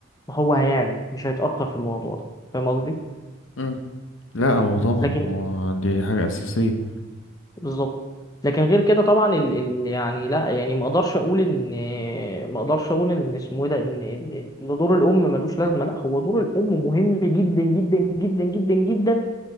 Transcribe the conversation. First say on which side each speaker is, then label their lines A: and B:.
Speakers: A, on the left; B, on the left.
A: فهو هيعمل مش هيتأخر في الموضوع ده فاهم قصدي؟
B: مم. لا هو طبعا
A: لكن
B: هو دي حاجة أساسية
A: بالظبط لكن غير كده طبعا ال... ال... يعني لا يعني ما اقدرش اقول ان ما اقدرش اقول ان اسمه ايه ده ان ان إن إن دور الام ملوش لازمه لا هو دور الام مهم جدا جدا جدا جدا جدا